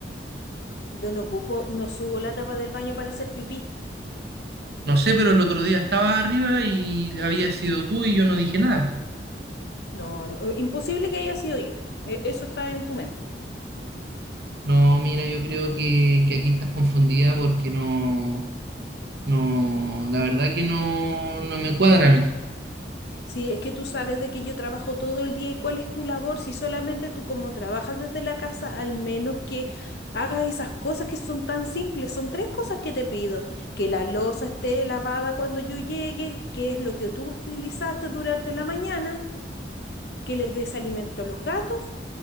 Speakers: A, on the left; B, on the right.
A: Yo no ocupo, no subo la tapa del baño para hacer pipí.
B: No sé, pero el otro día estaba arriba y había sido tú y yo no dije nada.
A: No, no, eh, imposible que haya sido yo. E- Eso está en tu mente.
B: No, mira, yo creo que, que aquí estás confundida porque no, no, la verdad que no, no me cuadra a mí.
A: si es que tú sabes de que yo trabajo todo el día y cuál es tu labor. Si solamente tú como trabajas desde la casa, al menos que hagas esas cosas que son tan simples. Son tres cosas que te pido. Que la loza esté lavada cuando yo llegue, que es lo que tú utilizaste durante la mañana, que les des alimento a los gatos